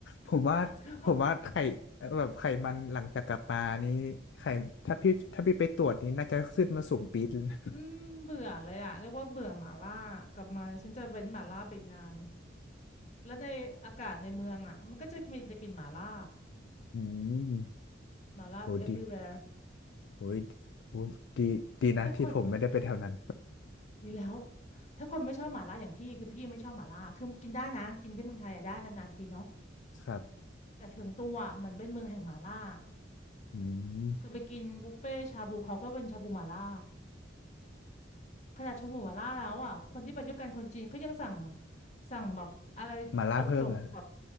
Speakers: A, on the left (about 65°); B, on the left (about 40°).
A: ผมว่าผมว่าไข่เอ่อแบบไขมันหลังจากกลับมานี้ไข่ถ้าพี่ถ้าพี่ไปตรวจนี้น่าจะขึ้นมาสูงปี๊ดเลยนะ
B: ก็แบบอืมเบื่อเลยอะเรียกว่าเบื่อหม่าล่ากลับมาฉันจะเว้นหม่าล่าไปอีกนานแล้วในอากาศในเมืองอะมันก็จะมีจะกินหม่าล่า
A: อืม
B: หมาล่า
A: โหดี
B: everywhere
A: โหยโหดีดีนะที่ผมไม่ได้ไปแถวนั้น
B: ถ้าคน <laughs> ดีแล้วถ้าคนไม่ชอบหมาล่าอย่างพี่คือพี่ไม่ชอบหมาล่าคือกินได้นะกินที่เมืองไทยอะได้นานๆทีเนาะ
A: <laughs> ครับ
B: แต่เชิงตัวอะมันเป็นเมืองแห่งหมาล่า
A: อืม
B: คือไปกินบุฟเฟ่ชาบูเขาก็เป็นชาบูหมาล่าขนาดชาบูหมาล่าแล้วอ่ะคนที่ไปด้วยกันคนจีนเขายังสั่งสั่งแบบอะไรจกจกแบบ
A: มาล่าเพิ่มแล้ว